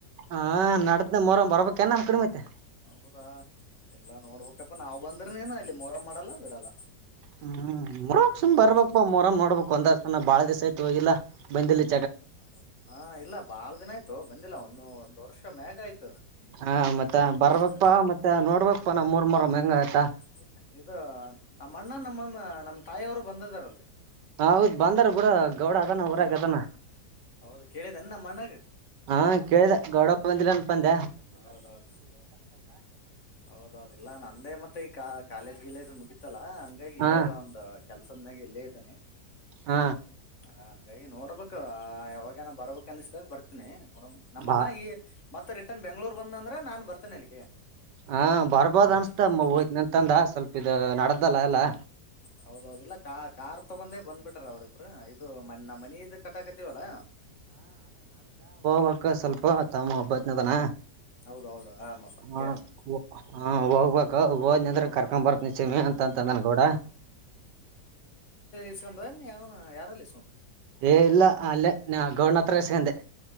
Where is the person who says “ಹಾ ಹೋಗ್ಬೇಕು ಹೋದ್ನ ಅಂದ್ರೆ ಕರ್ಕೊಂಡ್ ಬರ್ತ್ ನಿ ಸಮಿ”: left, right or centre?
Right